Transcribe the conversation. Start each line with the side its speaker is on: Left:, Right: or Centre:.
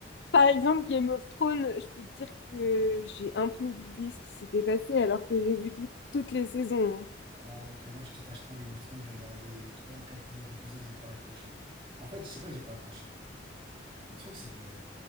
Left: par exemple, Game of Thrones, je peux te dire que j'ai un peu oublié ce qui s'était passé alors que j'ai vu tout- toutes les saisons. hein.
Right: Ah, ok, moi je te cache pas, Game of Thrones, j'ai regardé les trois, quatre premiers épisodes, j'ai pas accroché. En fait, je sais pas que j'ai pas accroché. Le truc, c'est que